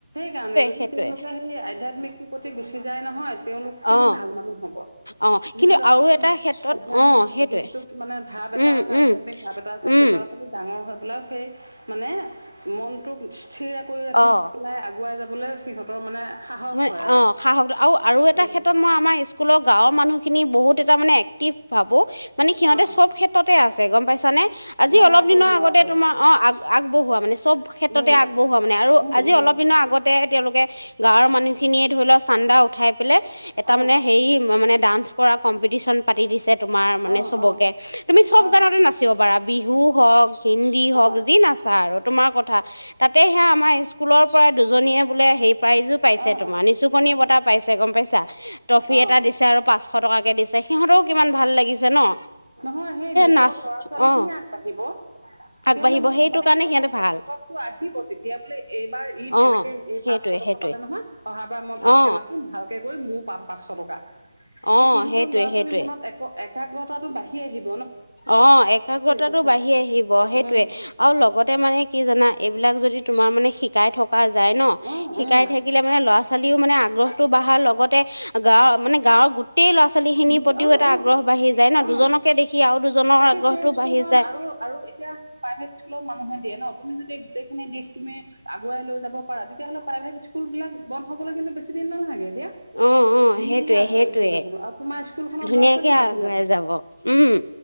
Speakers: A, on the right; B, on the left.
A: কাম নাই যদি
B: সেইটোৱে
A: তেওঁলোকে সেই আধ্যাত্মিকটোৰ প্ৰতি গুচি যায় নহয় তেওঁলোক কিন্তু
B: অ
A: ভাল মানুহ হব।
B: অ
A: যি
B: কিন্তু
A: ল'ৰা
B: আৰু
A: ছোৱালীৰ
B: এটা ক্ষেত্ৰত
A: আধ্যয়াত্মিক
B: অ সেইটোৱে
A: দিশটোত মানে ভাৱ এটা
B: উম
A: আছে
B: উম
A: আধ্যয়াত্মিক ভাৱ এটা আছে
B: উম
A: সেই ল'ৰা ছোৱালী ডাঙৰ হৈ পেলাই সেই মানে মনটো <unintelligible> কৰি ৰাখি
B: অ
A: পেলাই আগ <unintelligible> আগুৱাই যাবলৈ সিহঁতৰ মানে সাহস
B: মই
A: হয় আৰু।
B: অহ সাহস, আৰু আৰু এটা
A: উম।
B: ক্ষেত্ৰত মই আমাৰ স্কুলৰ গাঁৱৰ মানুহখিনি বহুত এটা মানে ভাবো মানে সিহঁতে
A: অ'।
B: চব ক্ষেত্ৰতে আছে গম পাইছানে আজি
A: মানে
B: অলপ
A: আকৌ
B: দিনৰ
A: নোৱাৰো
B: আগতে তোমাৰ অ। আগবঢ়োৱা মানে চব ক্ষেত্ৰতে
A: উম
B: আগবঢ়োৱা মানে আৰু
A: উম
B: আজি
A: উম
B: অলপ দিনৰ আগত তেতিয়াহে তেওঁলোকে গাঁৱৰ মানুহখিনিয়ে ধৰিলওক চান্দা উঠাই পেলাই এটা
A: অ
B: মানে হেৰি মানে ডান্স কৰা কম্পিটিশ্যন পাতি দিছে তোমাৰ মানে
A: অ
B: চবকে,
A: অ
B: তুমি চব
A: অ অ
B: গানতে নাচিব পৰা বিহুও হওক হিন্দী হওঁক
A: অ অ
B: যি নাচা আৰু তোমাৰ কথা তাতে সেয়া আমাৰ স্কুলৰ পৰাই দুজনীয়ে বোলে সেই প্ৰাইজো পাইছে
A: অ অ
B: তোমাৰ, নিচুকনি বঁটা পাইছে পিছে গম পাইছা ট্ৰফি
A: অ অ
B: এটা দিছে আৰু পাচ এশ টকাকৈ দিছে সিহঁতেও কিমান ভাল লাগিছে ন
A: নহয় সেই নিজৰ
B: নাচ
A: লৰা ছোৱালী
B: অ
A: খিনিয়ে আগবাঢ়িব, কিয়নো
B: আগবাঢ়িব সেইটো
A: মানে
B: কাৰণে
A: মনত
B: সিহঁতে ভাল
A: আগটো আহিব তেতিয়া বোলে এইবাৰ ই
B: অ
A: এনেকে এই
B: সেইটোৱে
A: পাচ বঁটা
B: সেইটোৱে
A: পালে নহয়, অহাবাৰ মই ভালকে
B: অ
A: নাচিম ভালকে কৈ মো পাম পাঁচশ টকা।
B: অ
A: এই সিহঁতৰ
B: সেইটোৱে
A: ল'ৰা ছোৱালীৰ
B: সেইটোৱে
A: মনত এক একাগ্ৰতা টো বাই আহিব
B: অ' একাগ্ৰতাটো
A: কথা
B: বাঢ়ি আহিব সেইটয়ে
A: উম
B: আৰু লগতে মানে কি জানা এইবিলাক যদি তোমাৰ মানে শিকাই থকা যাই ন
A: অ
B: শিকাই
A: উম
B: থাকিলে মানে ল'ৰাচ ছালীও মানে আগ্ৰহতটো বাঢ়াৰ লগতে গাঁৱৰ মানে গাঁৱৰ গো গোটেয় ল'ৰা ছোৱালী খিনিৰ
A: গোটেই
B: প্ৰতিও
A: অ
B: এটা
A: অ
B: আগ্ৰহ বাঢ়ি যায় ন দুজনকে
A: অ
B: দেখি আৰু দুজনৰ
A: তাকে
B: আগ্ৰহটো
A: সেই স্কুলখন
B: বাঢ়ি যায়
A: আৰু আৰু এতিয়া প্ৰাইভেট স্কুলত মানুহে দিয়ে ন তুমি যদি গোটে খিনি দিশ তুমি আগুৱাই লৈ যাব পাৰা তেতিয়াহ'লে প্ৰাইভেট স্কুল বিলাক বন্ধ হবলৈ কিন্ত বেছি দিন নালাগে। দিয়া
B: অ অ
A: ধুনীয়াকে
B: সেইটোৱে
A: আগুৱাই
B: সেইটোৱে
A: গুচি যাব তোমাৰ স্কুলখনৰ
B: ধুনীয়াকে
A: ল'ৰা ছোৱালীও
B: আগুৱাই
A: বাঢ়ি
B: যাব উম